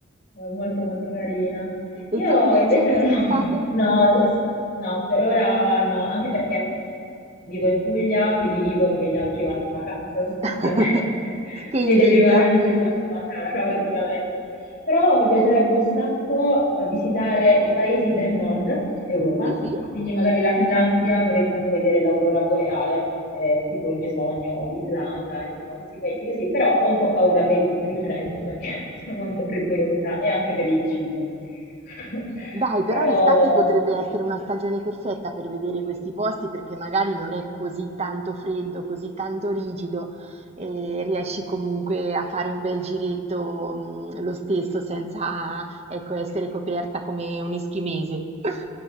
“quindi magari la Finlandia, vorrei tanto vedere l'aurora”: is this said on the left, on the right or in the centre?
Left